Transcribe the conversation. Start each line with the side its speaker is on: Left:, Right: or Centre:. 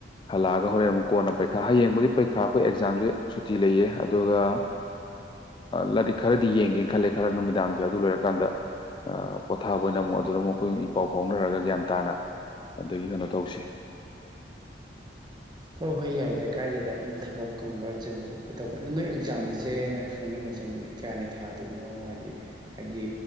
Left: ꯍꯜꯂꯛꯑꯒ ꯍꯣꯔꯦꯟ ꯑꯃꯨꯛ ꯀꯣꯟꯅ ꯄꯩꯈꯥ ꯍꯌꯦꯡꯕꯨꯗꯤ ꯄꯩꯈꯥ ꯑꯩꯈꯣꯏ ꯑꯦꯛꯖꯥꯝꯁꯦ ꯁꯨꯇꯤ ꯂꯩꯌꯦ ꯑꯗꯨꯒ ꯂꯥꯏꯔꯤꯛ ꯈꯔꯗꯤ ꯌꯦꯡꯒꯦ ꯈꯜꯂꯦ ꯈꯔ ꯅꯨꯃꯤꯗꯥꯡꯗ ꯑꯗꯨ ꯂꯣꯏꯔꯀꯥꯟꯗ ꯄꯣꯊꯥꯕ ꯑꯣꯏꯅ ꯑꯃꯨꯛ ꯑꯗꯨꯗ ꯑꯃꯨ ꯑꯩꯈꯣꯏ ꯏ ꯄꯥꯎ ꯐꯥꯎꯅꯔꯒ ꯒ꯭ꯌꯥꯟ ꯇꯥꯅ ꯑꯗꯒꯤ ꯀꯩꯅꯣ ꯇꯧꯁꯤ
Right: ꯍꯣꯏ ꯍꯣꯏ ꯌꯥꯏꯗ ꯀꯥꯏꯗꯦꯗ ꯑꯗꯨꯝ ꯊꯕꯛꯀꯨꯝꯕ ꯆꯤꯟꯕ ꯈꯣꯠꯄ ꯇꯧꯕ ꯑꯗꯨ ꯅꯣꯏ ꯑꯦꯛꯖꯥꯝꯁꯦ ꯑꯩꯅ ꯈꯪꯅꯤꯡꯉꯤꯁꯦ ꯅꯨꯃꯤꯠ ꯀꯌꯥꯅꯤ ꯊꯥꯗꯣꯏꯅꯣ ꯍꯥꯏꯗꯤ ꯍꯥꯏꯗꯤ